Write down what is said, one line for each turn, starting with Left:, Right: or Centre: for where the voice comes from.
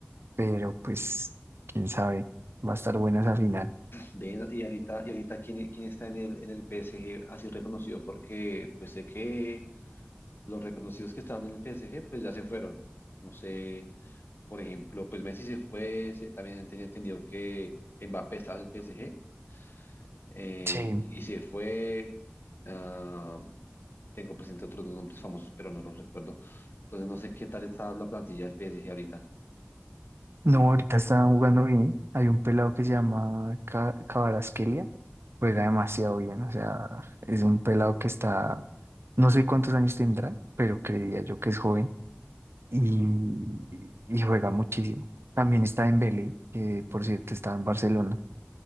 Right: pero pues, quién sabe, va a estar buena esa final.
Left: Ven, y ahorita, y ahorita ¿quién, quién está en el, en el PSG así reconocido? Porque pues sé que los reconocidos que estaban en el PSG pues ya se fueron. No sé Por ejemplo, pues Messi se fue, se- también tenía entendido que Mbappé estaba en el PSG eh,
Right: Sí.
Left: y se fue. ah, tengo presente otros dos nombres famosos, pero no los recuerdo. Entonces no sé qué tal está la plantilla del PSG ahorita.
Right: No, ahorita estaban jugando bien. Hay un pelado que se llama Ca- Kvaratskhelia. Juega demasiado bien. O sea, es un pelado que está. No sé cuántos años tendrá, pero creería yo que es joven. Y, y juega muchísimo. También está en Dembélé, que por cierto está en Barcelona.